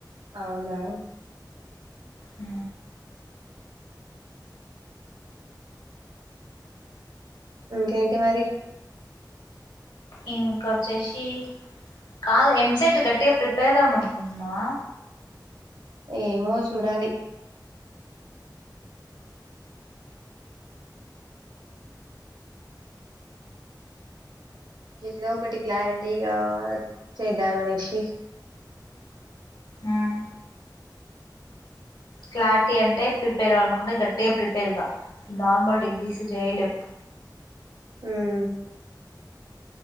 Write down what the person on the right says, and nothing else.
అవునా
ఇంకేంటి మరి
ఏమో చూడాలి ఏదో ఒకటి క్లారిటీగా చేద్దాం అనేషి
ఉమ్